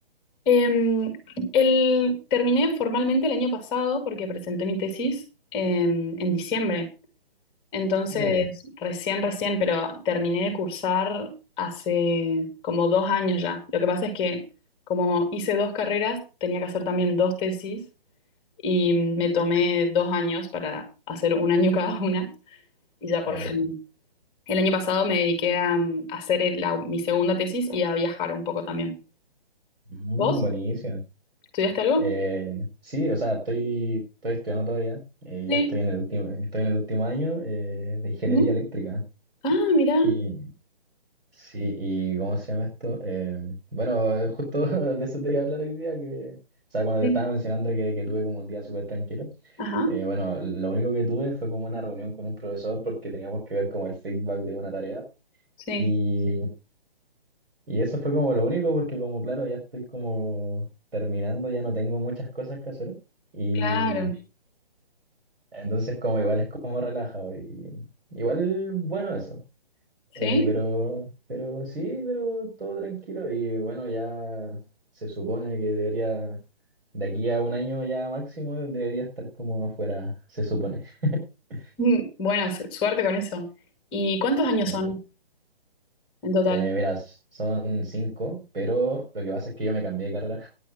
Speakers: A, on the left; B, on the right.
A: Em, el, terminé formalmente el año pasado porque presenté mi tesis em, en diciembre. Entonces,
B: Ah, ya.
A: recién, recién, pero terminé de cursar hace como dos años ya. Lo que pasa es que como hice dos carreras, tenía que hacer también dos tesis y me tomé dos años para hacer un año cada una y ya
B: Claro.
A: por fin. El año pasado me dediqué a, mm, a hacer el- la- mi segunda tesis y a viajar un poco también.
B: Mm,
A: ¿Vos?
B: buenísima.
A: ¿Estudiaste algo?
B: Eh, sí, o sea, estoy, estoy estudiando todavía. Eh,
A: Sí.
B: ya estoy en el último, estoy en el último año eh, de ingeniería
A: Ujú.
B: eléctrica.
A: Ah, mira.
B: Y sí, ¿y cómo se llama esto? Eh, bueno, eh, justo <laughs> de eso te iba a hablar hoy día, que, o sea, cuando te
A: Sí.
B: estaba mencionando que, que tuve como un día súper tranquilo,
A: Ajá.
B: eh, bueno, lo único que tuve fue como una reunión con un profesor porque teníamos que ver como el feedback de una tarea.
A: Sí.
B: Y, y eso fue como lo único, porque como claro, ya estoy como terminando, ya no tengo muchas cosas que hacer. Y
A: Claro.
B: entonces como igual es como relajado. Y, igual bueno eso. Eh,
A: Sí.
B: pero, pero sí, pero todo tranquilo. Y bueno, ya se supone que debería, de aquí a un año ya máximo, debería estar como afuera, se supone. <laughs>
A: Mm, Bueno, su- suerte con eso. ¿Y cuántos años
B: Sí.
A: son en total?
B: Eh, mira, son cinco, pero lo que pasa es que yo me cambié de carrera.